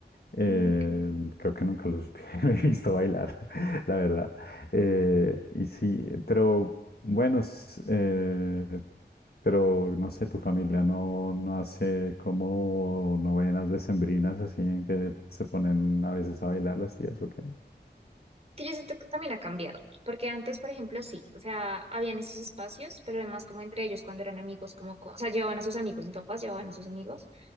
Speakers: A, on the left (about 65°); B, on the right (about 35°).
A: Eh,
B: Mm, Ok.
A: creo que nunca los <laughs> he visto bailar, <laughs> la verdad. Eh, y sí, pero bueno, s- eh, pero no sé, tu familia no, no hace como novenas decembrinas así en que se ponen a veces a bailar las tías, ¿o qué?
B: que yo siento que también ha cambiado, porque antes, por ejemplo, sí, o sea, habían esos espacios, pero además como entre ellos cuando eran amigos, como, co- o sea, llevaban a sus amigos, mis papás llevaban a sus amigos,